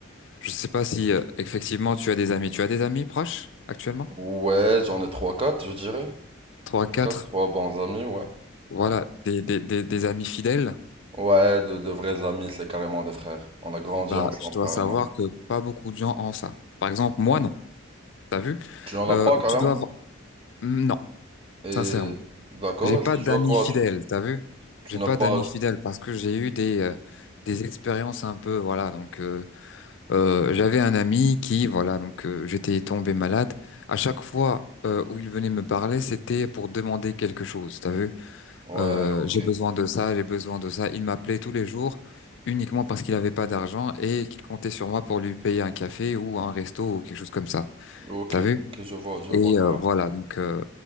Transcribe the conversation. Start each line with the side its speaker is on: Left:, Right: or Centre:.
Left: Je sais pas si euh, effectivement tu as des amis. Tu as des amis proches actuellement?
Right: Ouais, j'en ai trois quatre je dirais.
Left: Trois,
Right: trois
Left: quatre,
Right: quatre trois bons amis, ouais.
Left: voilà,
Right: Ouais,
Left: des, des, des, des amis fidèles.
Right: Ouais, de, de vrais amis, c'est carrément des frères. On a grandi
Left: Bah,
Right: ensemble,
Left: tu dois
Right: carrément.
Left: savoir que pas beaucoup de gens ont ça. Par exemple, moi non. T'as vu?
Right: Tu en as
Left: Euh,
Right: pas, carrément?
Left: tu dois avoir... mm, Non,
Right: Et
Left: sincèrement,
Right: d'accord,
Left: j'ai pas
Right: et ça se
Left: d'amis
Right: joue à quoi?
Left: fidèles.
Right: Tu,
Left: T'as vu?
Right: tu
Left: J'ai
Right: n'as
Left: pas
Right: pas.
Left: d'amis fidèles parce que j'ai eu des euh, des expériences un peu voilà donc. euh, Euh, j'avais un ami qui, voilà, donc euh, j'étais tombé malade. À chaque fois euh, où il venait me parler, c'était pour demander quelque chose. T'as vu?
Right: Ouais,
Left: Euh,
Right: ok.
Left: j'ai besoin de ça, j'ai besoin de ça. Il m'appelait tous les jours uniquement parce qu'il n'avait pas d'argent et qu'il comptait sur moi pour lui payer un café ou un resto ou quelque chose comme ça.
Right: Ok,
Left: T'as vu?
Right: ok, je vois, je
Left: Et
Right: vois carrément.
Left: euh, voilà, donc euh,